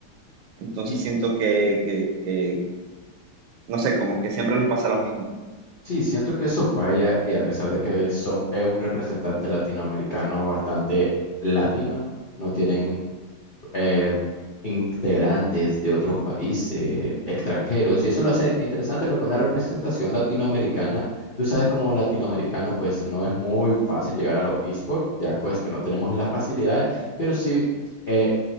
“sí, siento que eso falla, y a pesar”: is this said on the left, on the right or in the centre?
Left